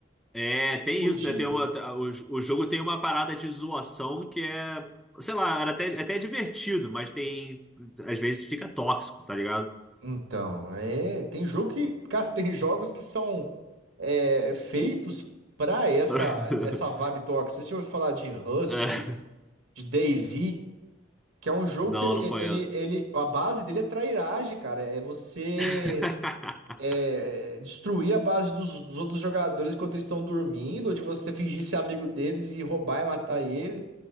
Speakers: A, in the centre; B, on the right (about 70°).
A: É, tem
B: rude.
A: isso, né? Tem uma, o, o jogo tem uma parada de zoação que é, sei lá, era até, até divertido, mas tem, às vezes fica tóxico, tá ligado?
B: Então, é, tem jogo que, <laughs> cara, tem jogos que são é, feitos pra essa
A: <laughs>
B: essa vibe tóxica. Você já ouviu falar de Rust,
A: É,
B: de DayZ, que é um jogo
A: não,
B: que ele,
A: não conheço.
B: ele, ele a base dele é trairagem, cara. É você
A: <laughs>
B: é, destruir a base dos, dos outros jogadores enquanto eles estão dormindo, ou de você fingir ser amigo deles e roubar e matar eles.